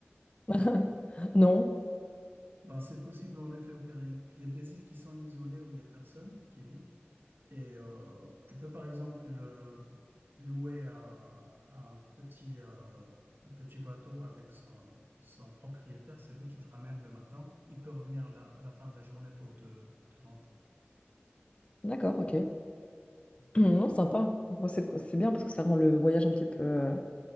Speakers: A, on the left; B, on the right.
A: <laughs> Non.
B: Ben, c'est possible en effet aux Caraïbes. Il y a des îles qui sont isolées où il n'y a personne qui vit. Et euh, tu peux par exemple euh, louer à un petit, euh, un petit bateau avec son, son propriétaire. C'est lui qui te ramène le matin. Il peut revenir la, à la fin de la journée pour te, te rendre.
A: D'accord, ok. <clears throat> Non, sympa. Bon, c'est c'est bien parce que ça rend le voyage un petit peu... euh,